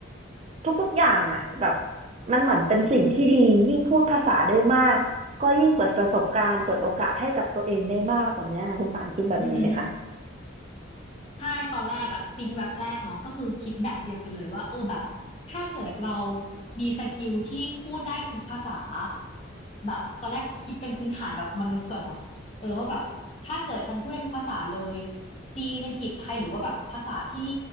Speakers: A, on the right; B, on the left.
A: ทุกๆอย่างอ่ะแบบมันเหมือนเป็นสิ่งที่ดียิ่งพูดภาษาได้มากก็ยิ่งเปิดประสบการณ์เปิดโอกาสให้กับตัวเองได้มากแบบเนี้ยค่ะคุณป่านคิดแบบนี้ไหมคะ
B: อือหือใช่ตอนแรกอะปิ๊งแว็บแรกเนาะก็คือคิดแบบเดียวกันเลยว่าเออแบบถ้าเกิดเรามีสกิลที่พูดได้ทุกภาษาแบบตอนแรกคิดเป็นพื้นฐานแบบมนุษย์ก่อนเนาะเออว่าแบบถ้าเกิดฉันพูดได้ทุกภาษาเลยจีนอังกฤษไทยหรือว่าแบบภาษาที่